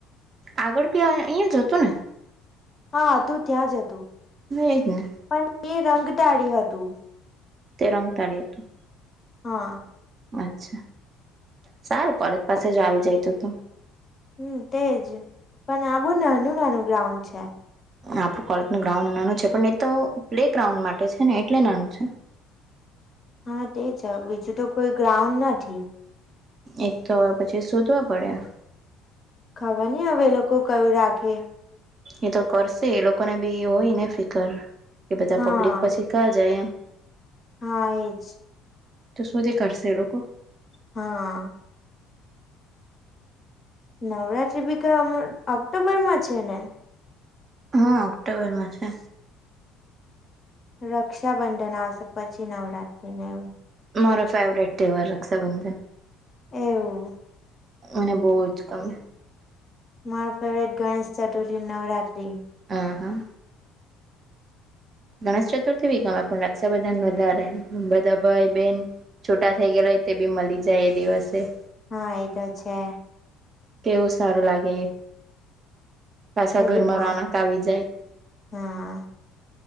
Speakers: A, on the right (about 40°); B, on the left (about 35°).
A: આગળ બી આયા અહીયાં જ હતું ને.
B: હા હતું ત્યાં જ હતું.
A: એજ ને
B: પણ એ રંગ ટાળી હતું.
A: તે રંગ ટાળી હતું.
B: હા.
A: અચ્છા સારું કોલેજ પાસે જ આવી જાય તો તો.
B: હમ તેજ પણ આ બો નાનું નાનું ગ્રાઉન્ડ છે.
A: આપણું કોલેજનું ગ્રાઉન્ડ નાનું છે પણ એ તો પ્લે ગ્રાઉન્ડ માટે છે ને એટલે નાનું છે.
B: હા તે જ બીજું તો કોઈ ગ્રાઉન્ડ નથી.
A: એ તો હવે પછી શોધવા પડે.
B: ખબર નઈ હવે એ લોકો કયું રાખે.
A: એ તો કરશે એ લોકોને બી હોય ને ફિકર કે બધાં
B: હા
A: પબ્લિક પછી કા જાય એમ.
B: હા એજ.
A: તો શું તે કરશે એ લોકો.
B: હા. નવરાત્રી ભી કયા ઓક્ટોબરમાં છે. ને.
A: હા ઓક્ટોબરમાં છે.
B: રક્ષાબંધન આવશે પછી નવરાત્રી ને એવું.
A: મારો ફેવરેટ ત્યોહાર રક્ષાબંધન.
B: એવું
A: મને બહું જ ગમે.
B: મારો ફેવરેટ ગણેશ ચતુર્થી, નવરાત્રી.
A: આ હા. ગણેશ ચતુર્થી બી ગમે પણ રક્ષાબંધન વધારે બધાં ભાઈ બેન. છૂટા થઇ ગયાલા હોય તે બી મળી જાય એ દિવસે.
B: હા એતો છે.
A: કેવું સારું લાગે પાછા
B: એ બી
A: ઘરમાં
B: મસ્ત
A: રોનક આવી જાય.
B: હા